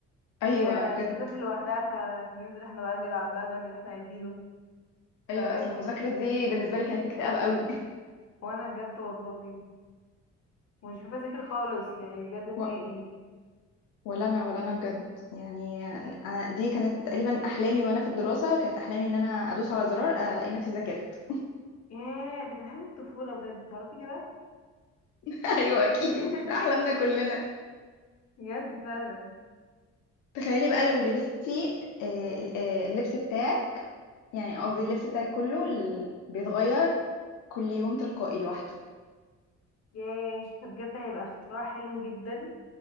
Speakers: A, on the left; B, on the left.
A: ايوه
B: هي
A: بجد
B: بتذاكر لوحدها فننزل احنا بقى نلعب بقى نعمل اللي احنا عايزينه
A: ايوه
B: ف <laughs>
A: اصل المذاكره دي بالنسبه لي كانت اكتئاب قوي
B: وانا بجد والله مش بحب اذاكر خالص يعني بجد نهائي
A: آه. ولا انا ولا انا بجد يعني أنا دي كانت تقريبا احلامي وانا في الدراسه كانت احلامي ان انا ادوس على زرار آه، الاقي نفسي ذاكرت
B: ياه ده كان حلم الطفوله بجد تعرفي كده
A: <laughs> ايوه اكيد
B: <laughs>
A: ده احلامنا كلنا
B: بجد فعلا
A: تخيلي بقى لو لبستي آه، ال- آه، اللبس بتاعك يعني قصدي اللبس بتاعك كله ال- بيتغير كل يوم تلقائي لوحده
B: ياه ده بجد هيبقى اختراع حلو جدا